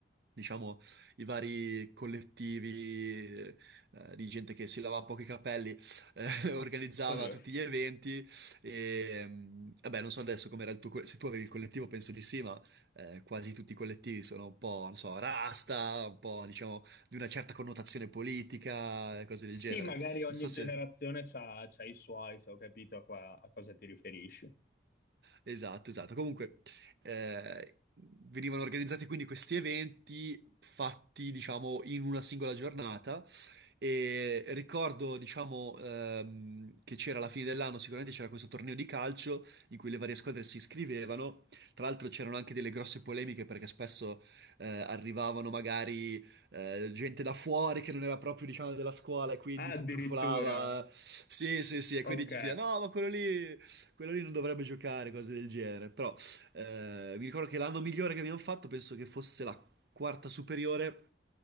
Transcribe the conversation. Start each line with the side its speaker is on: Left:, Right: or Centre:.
Right: diciamo, i vari collettivi eh, di gente che si lavava poco i capelli eh, <laughs> organizzava
Left: Oddio.
Right: tutti gli eventi. E, mm, vabbè, non so adesso com'era il tuo, co- se tu avevi il collettivo, penso di sì, ma eh, quasi tutti i collettivi sono un po', non so, rasta, un po', diciamo, di una certa connotazione politica e cose
Left: Sì,
Right: del genere.
Left: magari ogni
Right: Non so
Left: generazione
Right: se...
Left: c'ha, c'ha i suoi, se ho capito a, qua- a cosa ti riferisci.
Right: Esatto, esatto. Comunque, eh, venivano organizzati quindi questi eventi fatti, diciamo, in una singola giornata e ricordo, diciamo, ehm, che c'era alla fine dell'anno, sicuramente c'era questo torneo di calcio in cui le varie squadre si iscrivevano. Tra l'altro c'erano anche delle grosse polemiche perché spesso eh, arrivavano magari eh, gente da fuori che non era proprio, diciamo, della scuola e quindi
Left: Ah,
Right: si
Left: addirittura,
Right: intrufolava. Sì, sì, sì, e
Left: ok.
Right: quindi ti si diceva, no, ma quello lì... Quello lì non dovrebbe giocare, cose del genere. Però eh, mi ricordo che l'anno migliore che abbiamo fatto, penso che fosse la quarta superiore.